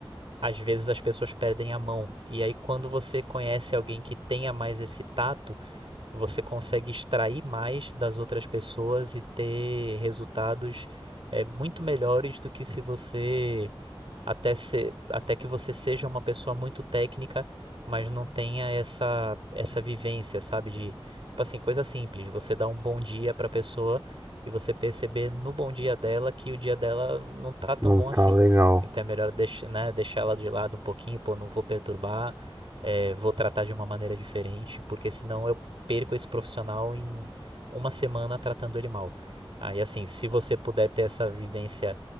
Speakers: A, on the right; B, on the right.
A: às vezes as pessoas perdem a mão. E aí, quando você conhece alguém que tenha mais esse tato, você consegue extrair mais das outras pessoas e ter resultados é, muito melhores do que se você até, ser, até que você seja uma pessoa muito técnica, mas não tenha essa, essa vivência, sabe? De, tipo assim, coisa simples. Você dá um bom dia pra pessoa e você perceber no bom dia dela que o dia dela não tá tão
B: não
A: bom
B: tá
A: assim.
B: legal.
A: Então é melhor deixar, né, deixar ela de lado um pouquinho, pô, não vou perturbar, é, vou tratar de uma maneira diferente, porque senão eu perco esse profissional em uma semana tratando ele mal. Aí, assim, se você puder ter essa vivência